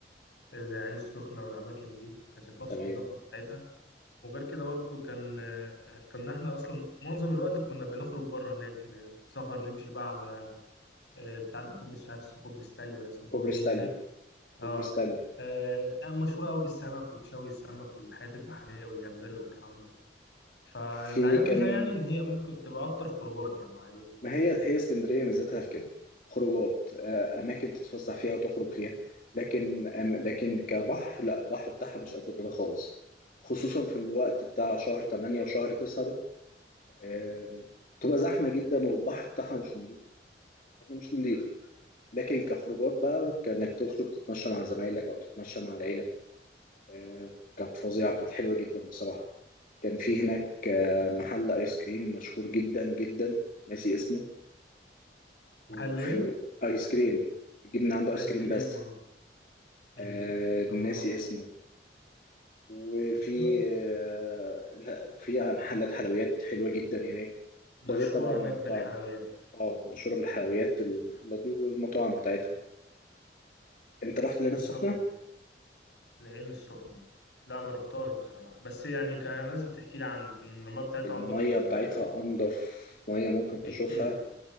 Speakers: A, on the left; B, on the left.
A: آه، زي عين السخنة والأماكن دي ما كانش بنفس
B: تمام
A: النظافة بتاعتها وغير كده برضو كان آه، كنا احنا اصلا معظم الوقت كنا بنخرج بره هناك ن- سفر نمشي بقى على آه، بتاع ده كوبري مش عارف اسمه كوبري ستانلي ولا اسمه كوبري
B: كوبري ستانلي
A: ايه هناك اه
B: كوبري ستانلي
A: آه، أنا مشهورة أوي بالسمك وشوي السمك والحياة البحرية والجمبري والكلام ده فاللي
B: في
A: عجبني
B: كان
A: فيها يعني إن هي ممكن تبقى أكتر خروجات يعني وعليه
B: ما هي هي اسكندريه ميزتها في كده خروجات آه، اماكن تتفسح فيها وتخرج فيها لكن أم- لكن كبحر لا البحر بتاعها مش قد كده خالص خصوصا في الوقت بتاع شهر 8 وشهر 9 ده آم، تبقى زحمه جدا والبحر بتاعها مش نضيف مش نضيف لكن كخروجات بقى كانك تخرج تتمشى مع زمايلك او تتمشى مع العيله آه، كانت فظيعه كانت حلوه جدا بصراحه كان في هناك آه، محل ايس كريم مشهور جدا جدا ناسي اسمه وفي
A: محل إيه؟
B: ايس كريم تجيب من عنده ايس
A: آيس
B: كريم
A: كريم
B: بس
A: اه
B: آه،
A: أمم، لا
B: ناسي
A: معرفش
B: اسمه وفي
A: مش مهم لسه
B: آه، لا وفي محلات حلويات حلوه جدا هناك
A: مشهورة
B: ده غير طبعا المطاعم
A: هناك بالحلويات
B: اه مشهوره بالحلويات المحلات دي والمطاعم بتاعتها انت رحت العين
A: بالظبط
B: السخنه
A: كده العين السخنة لا ما رحتهاش بصراحة بس يعني كان ناس بتحكي لي عن إن المياه بتاعتها
B: المية
A: أنضف من
B: بتاعتها
A: ال...
B: أنضف مية ممكن
A: بكتير
B: تشوفها